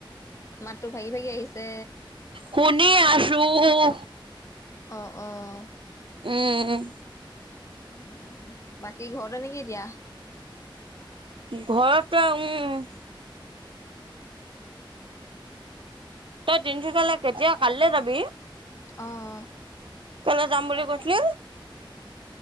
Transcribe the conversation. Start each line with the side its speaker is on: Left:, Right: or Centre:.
Left: মাতটো ভাগি ভাগি আহিছে।
Right: শুনি আছোঁ।
Left: অ', অ'।
Right: উম, উম।
Left: উ বাকী ঘৰতে নেকি এতিয়া।
Right: ঘৰতে উম। তই তিনিচুকীয়ালৈ কেতিয়া কাইলৈ যাবি?
Left: অহ।
Right: তালৈ যাম বুলি কৈছিলি।